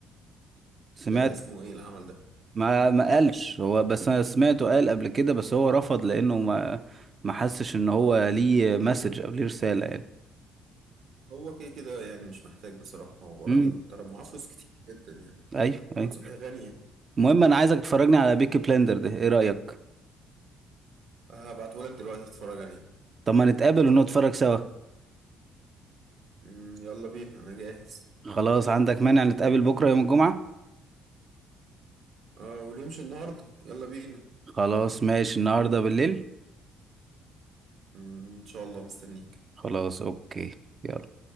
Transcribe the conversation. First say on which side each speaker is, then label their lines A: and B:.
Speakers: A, on the right; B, on the right.
A: سمعت
B: ده اسمه ايه العمل ده
A: ما ما قالش
B: لا
A: هو بس انا سمعته قال قبل كده بس هو رفض لانه ما ما حسش ان هو ليه مسج او ليه رسالة يعني
B: هو كده كده يعني مش محتاج بصراحه هو راجل
A: امم
B: محترم معاه فلوس كتير جدا يعني
A: ايوه أيوة.
B: محمد شفقي غني يعني
A: المهم انا عايزك تفرجني على بيكي بلندر ده ايه رأيك
B: هبعته لك دلوقتي تتفرج عليه
A: طب ما نتقابل ونتفرج سوا
B: مم، يلا بينا انا جاهز
A: خلاص عندك مانع نتقابل بكرة يوم الجمعة
B: اه واللي يمشي النهارده يلا بينا
A: خلاص ماشي النهاردة بالليل
B: مم، ان شاء الله مستنيك
A: خلاص اوكي يلا